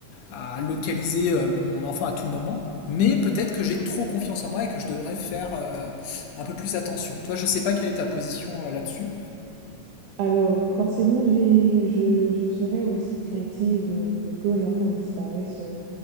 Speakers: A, on the left (about 75°); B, on the right (about 80°).
A: à localiser euh, mon enfant à tout moment, mais peut-être que j'ai trop confiance en moi et que je devrais faire euh, un peu plus attention. Toi, je sais pas quelle est ta position euh, là-dessus.
B: Alors, forcément, j'ai, je, je serais aussi craintive euh, que l'enfant disparaisse